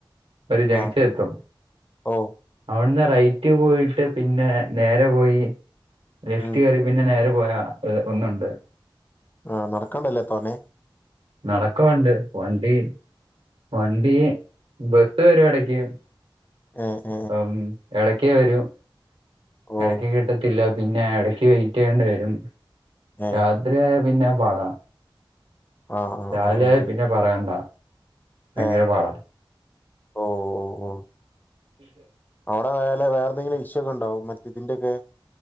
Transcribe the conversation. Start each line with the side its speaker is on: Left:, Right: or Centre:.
Right: ഒരു ജങ്ഷെത്തും
Left: ആ ഓ
Right: അവിടുന്ന് റൈറ്റ് പോയിട്ട് പിന്നെ നേരെ പോയി ലെഫ്റ്റ്
Left: ഉം
Right: കേറി പിന്നെ നേരെ പോയാ ഒന്നൊണ്ട്.
Left: ആ നടക്കാണ്ടല്ലേ തോനെ?
Right: നടക്കാ ഒണ്ട് വണ്ടി വണ്ടി ബസ് വരും എടക്ക്
Left: ആ <unintelligible>
Right: അം എടക്കേ വരൂ
Left: ഓ
Right: എടക്കിങ്ങട്ട് ട്ടില്ല പിന്നെ എടക്ക് വെയിറ്റെയ്യേണ്ടി വരും
Left: ഏ
Right: രാത്രി ആയ പിന്നെ പാടാ
Left: ആ ആ
Right: രാവിലെ
Left: ആ ആ
Right: ആയാ പിന്നെ പറയണ്ട ഭയങ്കര
Left: ഏ
Right: പാട
Left: ഓ ഓ ഓ
Right: ഉ <unintelligible>
Left: അവിടെ വേല വേറെന്തെങ്കിലും വിഷക്കെണ്ടാവും മറ്റെ ഇതിന്റൊക്കെ